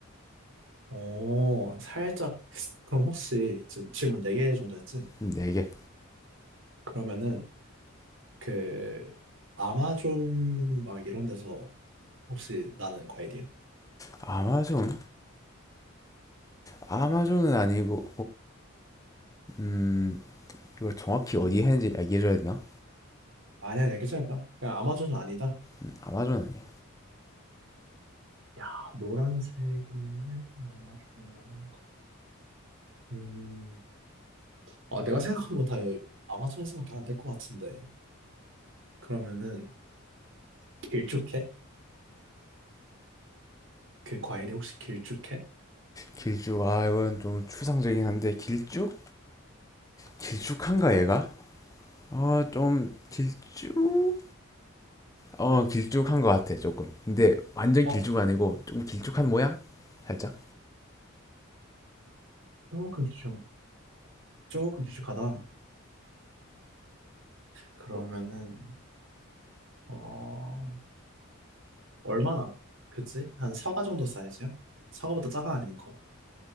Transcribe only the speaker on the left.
음, 4개
아마존 아마존은 아니고 음 이걸 정확히 어디 했는지 얘기해줘야 되나?
음, 아마존 아니야
길쭉 아 이건 좀 추상적이긴 한데 길쭉? 길쭉한가 얘가? 아 좀 길쭉? 어 길쭉한 것 같아 조금 근데 완전
길쭉은 아니고 좀 길쭉한 모양? 살짝?